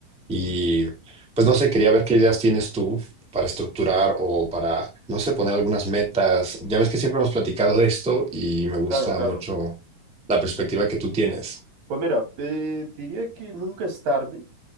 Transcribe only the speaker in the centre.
Y pues no sé, quería ver qué ideas tienes tú para estructurar o para, no sé, poner algunas metas. Ya ves que siempre hemos platicado de esto y me gusta
mucho la perspectiva que tú tienes.